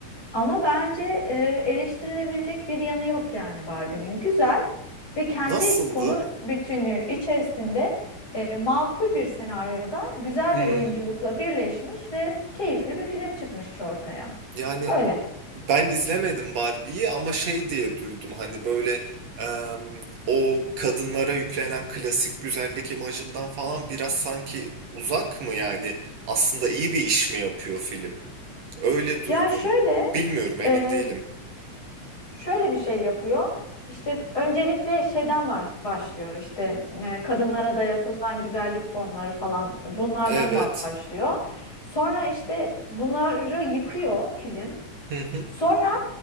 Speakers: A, on the left; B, on the right.
A: Ama bence e, eleştirilebilecek bir yanı yok yani Barbie'nin. Güzel ve kendi
B: Nasıldı?
A: konu bütünlüğü içerisinde e, makul bir senaryoda güzel
B: Hmm.
A: bir oyunculukla birleşmiş ve keyifli bir film çıkmış ortaya.
B: Yani
A: Öyle.
B: Ben izlemedim Barbie'yi ama şey diye duydum hani böyle em, o kadınlara yüklenen klasik güzellik imajından falan biraz sanki uzak mı yani aslında iyi bir iş mi yapıyor film? Öyle duydum.
A: Ya şöyle
B: Bilmiyorum emin
A: Ee,
B: değilim.
A: şöyle bir şey yapıyor. İşte öncelikle şeyden baş- başlıyor. İşte e, kadınlara dayatılan güzellik formları falan bunlardan
B: Evet.
A: başlıyor. Sonra işte bunları yıkıyor film.
B: Hı hı.
A: Sonra